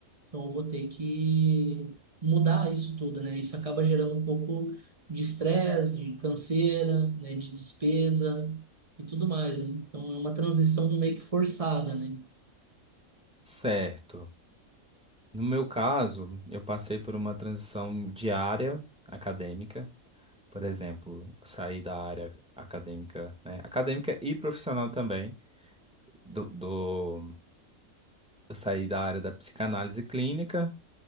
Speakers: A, on the right (about 30°); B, in the centre.
A: Então, eu vou ter que mudar isso tudo, né? Isso acaba gerando um pouco de estresse, de canseira, né? De despesa e tudo mais, né? Então, é uma transição meio que forçada, né?
B: Certo. No meu caso, eu passei por uma transição de área acadêmica. Por exemplo, eu saí da área acadêmica, né? Acadêmica e profissional também do, do- eu saí da área da psicanálise clínica